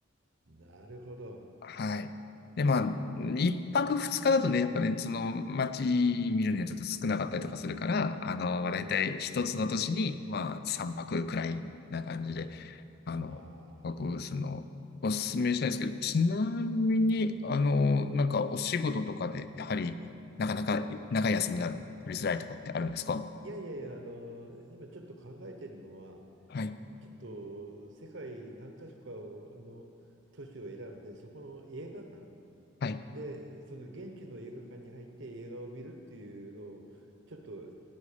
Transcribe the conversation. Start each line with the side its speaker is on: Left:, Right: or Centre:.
Right: なるほど。
Left: はい。で、まあ、一泊二日だとね、やっぱね、その街見るにはちょっと少なかったりとかするから、あの、まあ、大体一つの都市に、
Right: うんうんうんうん。
Left: まあ、三泊くらいな感じで、
Right: うん。
Left: あの、
Right: あ
Left: 僕、その、
Right: あ。
Left: おすすめしたいんですけど、ちなみに、あの、なんかお仕事とかで、やはり、なかなか長い休みが取りづらいとかってあるんですか
Right: いやいやいや、あの、今ちょっと考えてるのは、
Left: はい。
Right: ちょっと世界何か所かの都市を選んで、そこの映画館
Left: はい。
Right: で、その現地の映画館に入って映画を見るっていうのを、ちょっと、